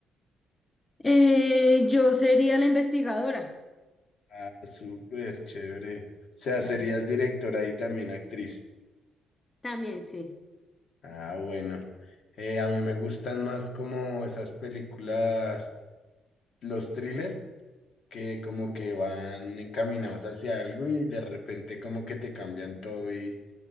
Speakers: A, on the left; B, on the left.
A: Eh, yo sería la investigadora.
B: Ah, súper chévere. O sea,
A: Sí,
B: serías directora y también actriz.
A: también sí.
B: Ah, bueno. Eh, a mí me gustan más como esas películas, los thriller, que como que van encaminados hacia algo y de repente como que te cambian todo y